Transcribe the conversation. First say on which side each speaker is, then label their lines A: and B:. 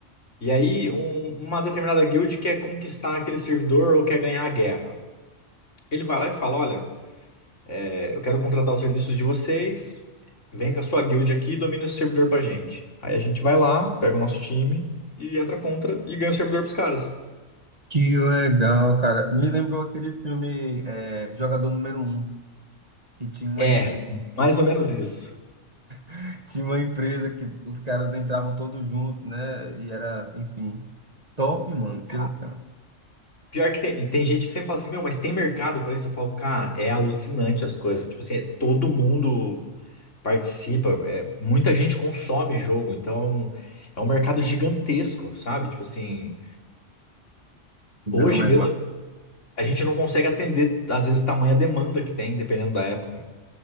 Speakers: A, on the left; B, on the right.
A: E aí, um- uma determinada guild quer conquistar aquele servidor ou quer ganhar a guerra. Ele vai lá e fala: Olha, é, eu quero contratar os serviços de vocês. Vem com a sua guild aqui e domina esse servidor pra gente. Aí a gente vai lá, pega o nosso time e entra contra e ganha o servidor pros caras.
B: Que legal, cara. Me lembrou aquele filme é, Jogador Número Um que tinha uma
A: É,
B: empresa,
A: mais ou menos isso.
B: <laughs> tinha uma empresa que os caras entravam todos juntos, né? E era, enfim, top, mano. Que legal.
A: Pior que tem, e tem gente que sempre fala assim, meu, mas tem mercado pra isso? Eu falo, cara, é alucinante as coisas. Tipo assim, é todo mundo. participa, é, muita gente consome jogo, então é um mercado gigantesco, sabe? Tipo assim,
B: Não,
A: hoje
B: é
A: mesmo a gente não consegue atender, às vezes, tamanha demanda que tem, dependendo da época.